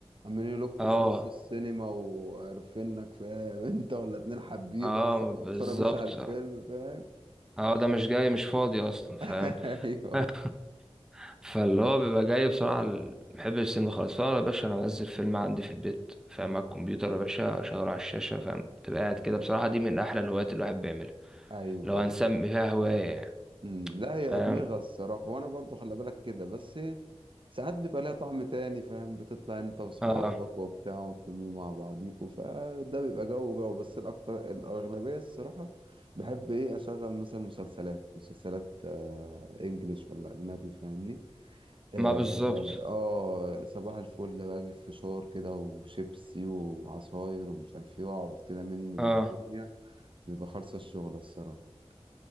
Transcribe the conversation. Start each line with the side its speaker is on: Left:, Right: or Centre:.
Right: عمالين يلوكوا
Centre: اه
Right: في نص السينما وعارفينك فاهم <laughs> انت ولا اتنين حبيبه
Centre: اه
Right: اصلا ما
Centre: بالظبط
Right: بيتفرجوش على الفيلم فاهم
Centre: اه ده مش جاي مش فاضي اصلا فاهم
Right: <laughs> ايوه
Centre: <laughs> فاللي هو بيبقى جاي بصراحة ال- محب السينما خلاص فأنا يا باشا أنا بنزل فيلم عندي في البيت فاهم
Right: مم.
Centre: على الكمبيوتر يا باشا أشغله على الشاشة فاهم تبقى قاعد
Right: مم.
Centre: كده بصراحة دي من أحلى الهوايات اللي الواحد بيعملها
Right: ايوه
Centre: لو هنسمي فيها هواية يعني
Right: مم، لا هي
Centre: فاهم
Right: أدمغة الصراحة وأنا برضو خلي بالك كده بس ساعات بيبقى ليها طعم تاني فاهم بتطلع أنت وصحابك
Centre: اه
Right: وبتاع وبتبقوا مع بعضيكوا فده بيبقى جو جو بس الأكتر الأغلبية الصراحة بحب إيه أشغل مثلا مسلسلات مسلسلات آه إنجليش ولا أجنبي فاهمني آه,
Centre: ما بالظبط
Right: آه صباح الفل باجي في فشار كده وشيبسي وعصاير ومش عارف إيه وأقعد كده مني
Centre: اه
Right: للدنيا بيبقى خالصة الشغل الصراحة